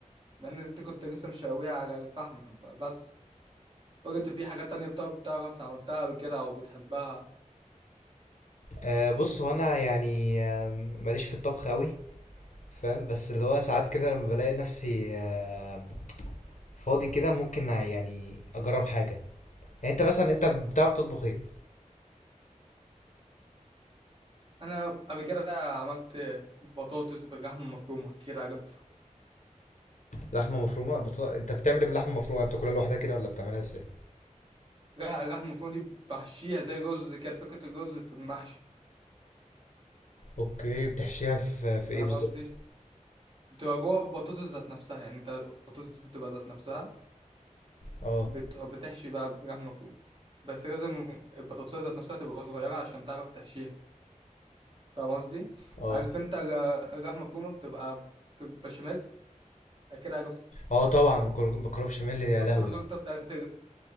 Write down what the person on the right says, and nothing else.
مع ان انت كنت لسه مشاويها على الفحم فبس قولي انت في حاجات تانية بتعرف بتعرف عملتها قبل كده او بتحبها
انا قبل كده عملت بطاطس باللحمة المفرومة كده عارف
لا، اللحمة المفرومة دي بحشيها زي رز كده فكرة الرز في المحشي
فاهم
قصدي بتبقى جوه البطاطس ذات نفسها يعني انت البطاطس بتبقى ذات نفسها
بت- بتحشي بقى لحمة مفرومة بس لازم البطاطس ذات نفسها تبقى صغيرة عشان تعرف تحشيها فاهم قصدي
عارف انت ال- اللحمة المفرومة بتبقى في البشاميل كده عارف
شفت
الخلطة بتاعت